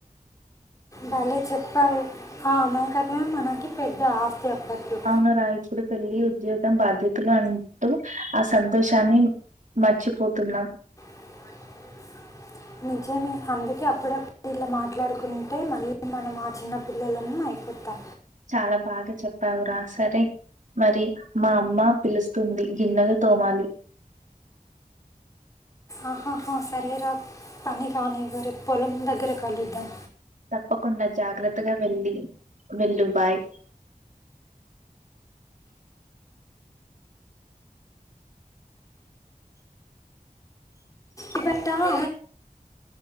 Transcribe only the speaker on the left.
భలే చెప్పావు ఆ అమాయకత్మే మనకి పెద్ద ఆస్తి అప్పట్లో
మ నిజమే అందుకే అప్పుడప్పుడు ఇలా మాట్లాడుకుంటే మళ్ళీ మనం ఆ చిన్న పిల్లలన్న అ కుత్తా
ఆహాహా సరేరా పని కానివరే పొలం దగ్గర కలుద్దాం
ఇబట్టారే